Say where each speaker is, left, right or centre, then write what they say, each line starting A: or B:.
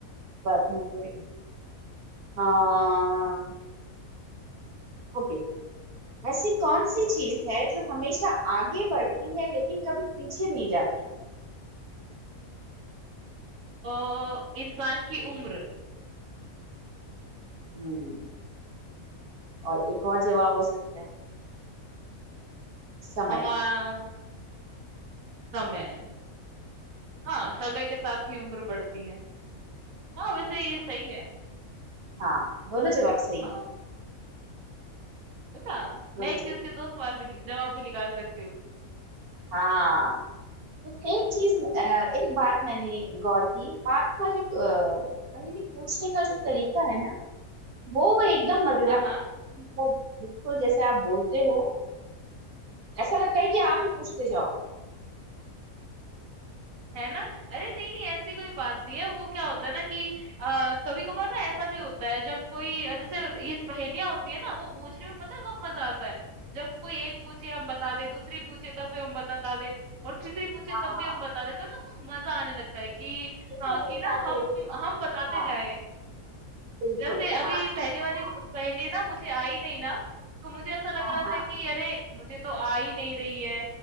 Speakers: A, on the right; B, on the right.
A: बात नहीं कोई हाँ ओके ऐसी कौन सी चीज है जो हमेशा आगे बढ़ती है लेकिन कभी पीछे नहीं जाती
B: अ, इंसान की उम्र
A: हम्म और एक और जवाब हो सकता है समय
B: हमारा समय हाँ,
A: हम्म,
B: समय के साथ ही उम्र बढ़ती है। हाँ, वैसे
A: हम्म।
B: ये सही है।
A: हाँ दोनों जवाब सही
B: अ,
A: है
B: देखा
A: दोनों
B: मैं एक
A: जवाब
B: चीज़ के 2 सवाल भी नि जवाब भी निकाल सकती हूँ।
A: हाँ लेकिन एक चीज अ, एक बात मैंने गौर की आपका जो अ, पहेली पूछने का जो तरीका है ना वो वो एकदम मजेदार
B: हाँ, हाँ।
A: मतलब बिल्कुल जैसे आप बोलते हो ऐसा लगता है कि आप ही पूछते जाओ
B: है ना अरे नहीं नहीं ऐसी कोई बात नहीं है वो क्या होता है ना कि आ, कभी कभार ना ऐसा भी होता है जब कोई अ, जैसे ये पहेलियां होती है ना वो पूछने में पता है कब मजा आता है जब कोई एक पूछे हम बता दे दूसरी पूछे तब भी हम बता दे और तीसरी पूछे
A: हाँ
B: तब भी हम बता दे तो ना कुछ मजा आने लगता है कि
A: ये तो
B: हाँ
A: वही
B: कि
A: बात
B: ना हम
A: हो गई
B: हम बताते
A: हाँ
B: जाएं
A: बिल्कुल
B: जैसे अभी
A: हाँ जब
B: पहले वाली
A: हाँ
B: उस पहेली ना मुझे आई नहीं ना, तो मुझे ऐसा लग
A: हाँ
B: रहा
A: हाँ
B: था कि अरे! मुझे तो आ ही नहीं रही है।